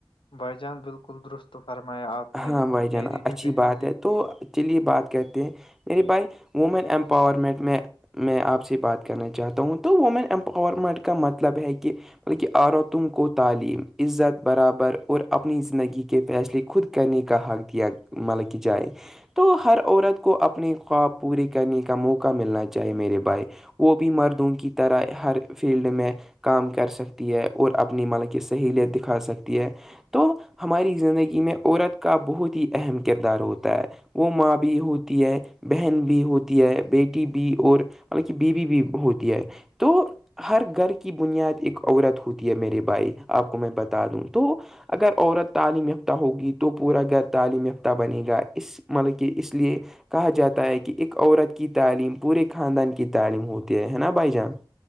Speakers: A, on the left; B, in the centre.
A: بھائی جان بالکل درست فرمایا آپ نے
B: ہاں بھائی جان
A: میری
B: اچھی
A: بھی بہن
B: بات
A: کی-
B: ہے تو چلیے بات کرتے ہیں میرے بھائی وومن امپاورمنٹ میں- میں آپ سے بات کرنا چاہتا ہوں تو وومن امپاورمنٹ کا مطلب ہے کہ- مطلب کہ آر و تم کو تعلیم عزت- برابر اور اپنی زندگی کے فیصلے خود کرنے کا حق دیا مل کی جائے- تو ہر عورت کو اپنی خواب پوری کرنے کا موقع ملنا چاہیے میرے بھائی- وہ بھی مردوں کی طرح ہر فیلڈ میں- کام کر سکتی ہے اور اپنی مالک کی سہیلیت دکھا سکتی- ہے تو ہماری زندگی میں عورت کا بہت ہی اہم کردار ہوتا ہے- وہ ماں بھی ہوتی ہے بہن بھی ہوتی ہے بیٹی بھی اور کی بیوی بھی ہوتی ہے-
A: <inaudible>
B: تو ہر گھر کی بنیاد ایک عورت ہوتی ہے میرے بھائی آپ کو میں بتا دوں- تو اگر عورت تعلیم یافتہ ہوگی تو پورا گھر تعلیم یافتہ بنے گا اس- مطلب کہ اس لیے- کہا جاتا ہے کہ ایک عورت کی تعلیم پورے خاندان کی تعلیم ہوتی ہے ہے نا بھائی جان-